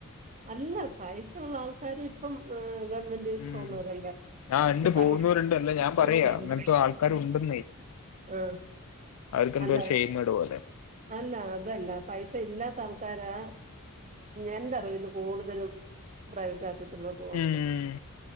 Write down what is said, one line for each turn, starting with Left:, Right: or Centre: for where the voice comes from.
Right: അല്ല പൈസ ഉള്ള ആൾക്കാരും ഇപ്പം ഗ ഗവണ്മെന്റി
Left: ഉം
Right: പോന്ന വരണ്ട
Left: ആ ഉണ്ട്
Right: അത് പൈ
Left: പോകുന്നവരുണ്ട് അല്ല ഞാൻ
Right: <unintelligible>
Left: പറയാ അങ്ങനത്തെ ആൾക്കാര് ഉണ്ടെന്നേ
Right: ആ
Left: അവർക്ക് എന്തോ
Right: അല്ല
Left: ഒരു ഷെയിമേട് പോലെ
Right: അല്ല അതല്ല പൈസ ഇല്ലാത്ത ആൾക്കാരാ എന്റെ അറിവിൽ കൂടുതലും പ്രൈവറ്റ് ആശുപത്രിയിലോട്ട് പോകന്നാത്
Left: ഉം